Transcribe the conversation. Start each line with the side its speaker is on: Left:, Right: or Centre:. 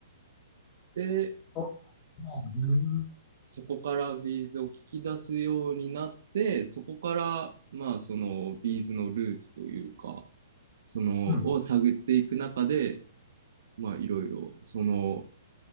Right: で、
Left: そううん
Right: そこからビーズを聞き出すようになって、そこから、まあ、そのビーズのルーツというか、その、
Left: うん
Right: を探っていく中で、まあいろいろ、その、